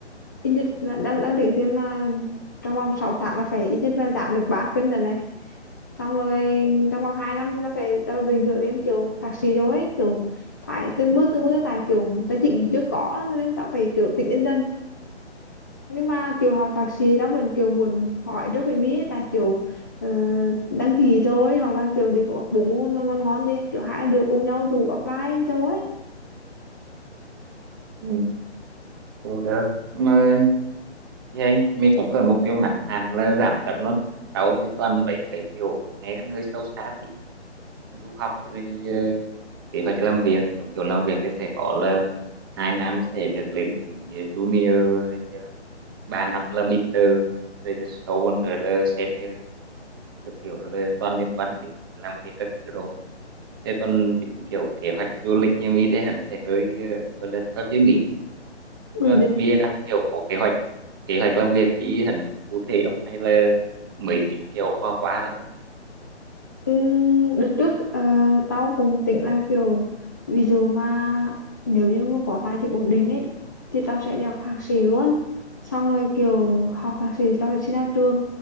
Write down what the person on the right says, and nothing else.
Ừ, cũng được mà vậy mình có cái mục tiêu ngắn hạn là giảm cân luôn sáu thì toàn mấy cái kiểu nghe ăn hơi sâu xa tí. du học rồi ờ, kế hoạch làm việc kiểu kiểu làm việc thì sẽ có là hai năm sẽ được lên cái ờ, junior rồi ờ, ba năm là middle rồi thì sâu hơn rồi là senior kiểu kiểu là toàn liên quan đến làm việc các thứ đồ thế còn đến kiểu kế hoạch du lịch như mỹ thế hẳn sẽ hơi ờ, gọi là tao chưa nghĩ Nhưng
mà
Mia đang kiểu có kế hoạch kế hoạch làm việc chỉ hẳn cụ thể không hay là mới tính kiểu qua qua nữa